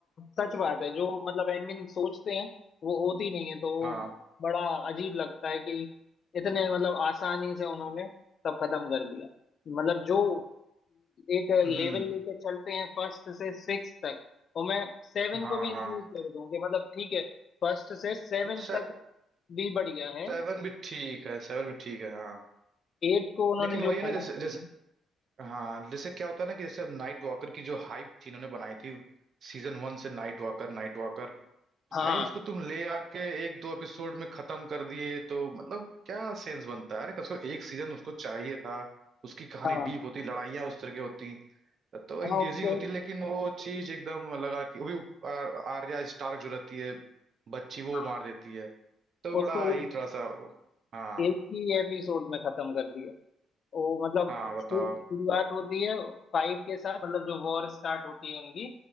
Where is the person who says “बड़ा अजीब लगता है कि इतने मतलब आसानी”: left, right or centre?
Left